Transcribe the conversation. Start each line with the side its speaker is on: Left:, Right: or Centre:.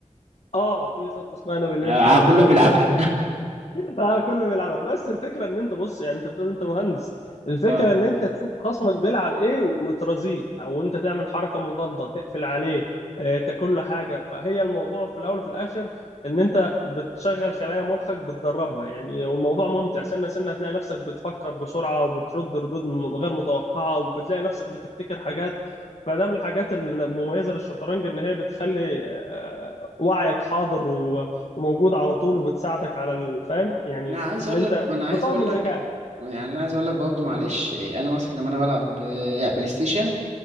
Left: اه في خطة اسمها نابليون
Right: آه
Left: فعلا
Right: كله
Left: يعني
Right: بيلعبها
Left: شوف <laughs> اه كله بيلعبها بس الفكره ان انت بص يعني انت بتقول انت مهندس
Right: <laughs>
Left: الفكره
Right: اه
Left: ان انت تشوف خصمك بيلعب ايه وترازيه او انت تعمل حركه مضاده تقفل عليه آه، تاكل له حاجه فهي الموضوع في الاول وفي الاخر ان انت بتشغل خلايا مخك بتدربها يعني والموضوع ممتع سنه سنه هتلاقي نفسك بتفكر بسرعه وبترد ردود م- غير متوقعه وبتلاقي نفسك بتبتكر حاجات فده من الحاجات المميزه للشطرنج ان هي بتخلي آه، وعيك حاضر وموجوده على طول وبتساعدك على الفهم يعني
Right: انا عايز
Left: ان
Right: اقول
Left: انت
Right: لك ما انا عايز
Left: بتطور
Right: اقول
Left: من ذكائك
Right: لك يعني انا عايز اقول لك برضه معلش إيه، انا مثلا لما انا بلعب آه، بلاي ستيشن